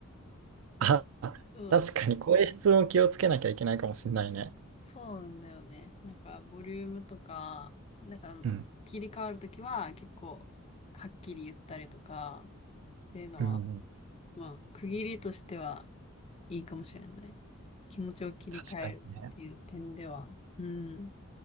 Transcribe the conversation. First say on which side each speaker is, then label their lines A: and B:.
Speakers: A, on the right; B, on the left.
A: あ、<laughs>
B: そうん
A: 確かにこういう質問気をつけなきゃいけないかもしれないね。
B: そうなんだよね。なんか、ボリュームとか、なんか、
A: うん。
B: 切り替わるときは結構、はっきり言ったりとか、っていうのは、
A: うん、
B: まあ、区切りとしてはいいかもしれない。気持ちを切り替えるっていう点では。
A: 確かにね。
B: うん。